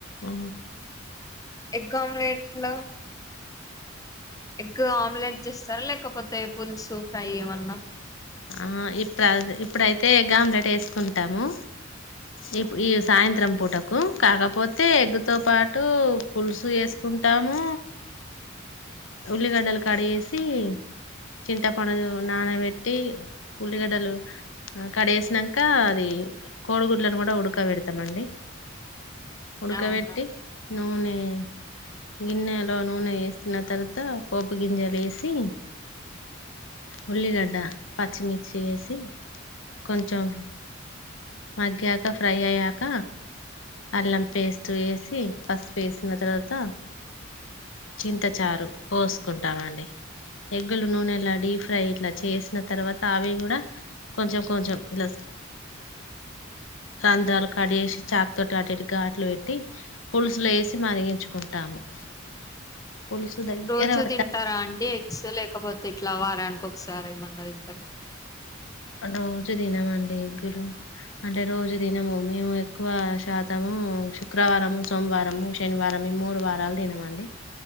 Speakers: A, on the left; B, on the left.
A: ఆ
B: ఎగ్ ఆమ్లెట్లా ఎగ్ ఆమ్లెట్ చేస్తారా లేకపోతే పులుసు ఫ్రై ఇమన్నా
A: ఆ ఇప్పుడు ఇప్పుడైతే ఎగ్ ఆమ్లెట్ వేసుకుంటాము ఈ ఈ సాయంత్రం పూటకు కాకపోతే ఎగ్గు తో పాటు పులుసు వేసుకుంటాము ఉల్లిగడ్డలు కడిగేసి చింతపండును నానబెట్ పెట్టి ఉల్లిగడ్డలు కడేసినంక అది కోడిగుడ్లను కూడా ఉడకబేడతామండి ఉడక
B: అవునా
A: బేట్టి నూనె గిన్నెలో నూనె వేసిన తర్వాత పోపు గింజలు వేసి ఉల్లిగడ్డ పచ్చిమిర్చి ఎసి కొంచెం మగ్గాక ఫ్రై అయ్యాక అల్లం పేస్ట్ ఎసి పసుపు వేసిన తర్వాత చింతచారు పోసుకుంటామ అండి ఎగ్గులు నూనె ఇలా డీప్ ఫ్రై ఇట్లా చేసిన తర్వాత అవి కూడా కొంచెం కొంచెం ఇలా రంధ్రాలు కడిసి చాక్తోటి అటు ఘాట్లు పెట్టి పులుసులో వేసి మరిగించుకుంటాము <inaudible> పులుసు దగ్గర
B: రోజు
A: పడ్డ
B: తింటారా అండి ఎక్సల్ కాకపోతే ఇట్లా వారానికి కోకసారి ఏమన్నా తింటా
A: రోజు తినమండి ఎగ్గులు అంటే రోజు తినము మేము ఎక్కువ శాతము శుక్రవారము సోమవారము శనివారంము ఈ మూడు వారాలు తినమండి